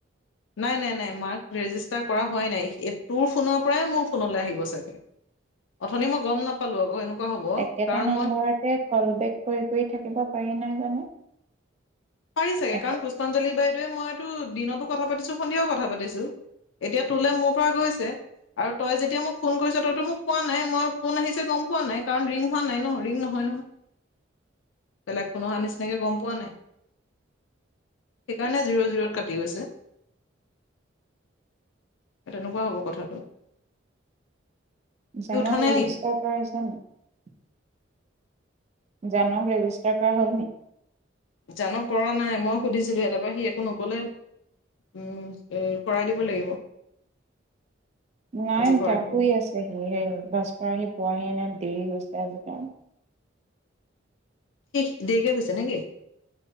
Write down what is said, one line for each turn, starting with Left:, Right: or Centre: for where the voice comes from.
Left: নাই, নাই, নাই মাৰ্ক ৰেজিষ্টাৰ কৰা হোৱাই নাই তোৰ ফোনৰ পৰাই মোৰ ফোনলে আহিব চাগে। অথনি মই গম নাপালো আকৌ এনেকুৱা। হ'ব
Right: একেটা
Left: কাৰণ
Right: নামবাৰতে
Left: মই
Right: কল বেক কৰি কৰি থাকিব পাৰি নাই জানো?
Left: পাৰি চাগে
Right: একে
Left: কাৰণ পুষ্পাঞ্জলি বাইদেৱে মইতো দিনতো কথা পাতিছো সন্ধিয়াও কথা পাতিছো। এতিয়া তোলে মোৰ পৰা গৈছে। আৰু তই যেতিয়া মোক ফোন কৰিছ তইতো মোক পোৱা নাই, মই ফোন আহিছে গম পোৱা নাই, কাৰণ ৰিং হোৱা নাই ন ৰিং নহয়, নহয়। বেলেগ ফোন অহা নিচিনাকে গম পোৱা নাই। সেইকাৰণে জিৰ-জিৰত কাটি গৈছে। তেনেকুৱা হ'ব কথাটো। সি
Right: জানক
Left: উঠা নাই
Right: ৰেজিষ্টাৰ
Left: নি?
Right: কৰা হৈছে নে নাই? জানক ৰেজিষ্টাৰ কৰা হ'লনি?
Left: জানক কৰা নাই, মই সুধিছিলোহে তাৰাপৰা সি একো নকলে। উম কৰাই দিব লাগিব।
Right: নাই
Left: আজি
Right: উঠ
Left: কৰাই দিব
Right: শুই
Left: লাগিব
Right: আছে সি সেই ভছ কৰা সি পোৱাহি নাই। দেৰি হৈছে আজি তাৰ।
Left: সি দেৰিকে হৈছে নেকি?